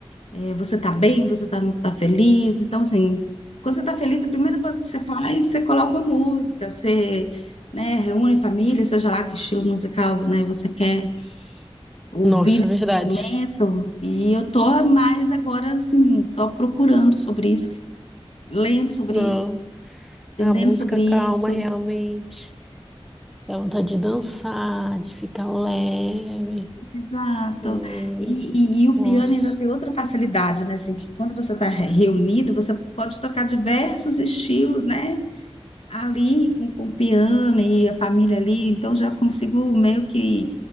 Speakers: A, on the left; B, in the centre.
A: É, você tá bem, você tá, tá feliz. Então, assim, quando você tá feliz, a primeira coisa que você faz, você coloca uma música, você, né, reúne a família, seja lá que estilo musical, né, você quer ouvir
B: nossa,
A: nesse
B: verdade.
A: momento. E eu tô mais agora, assim, só procurando sobre isso, lendo sobre
B: Não,
A: isso.
B: a
A: Entendendo
B: música
A: sobre
B: calma
A: isso,
B: realmente. Dá vontade de dançar, de ficar leve.
A: exato.
B: Hum,
A: E, e, e o
B: Nossa.
A: piano ainda tem outra facilidade, né? Assim, que quando você está reunido, você pode tocar diversos estilos, né? ali com, com o piano e a família ali, então já consigo meio que,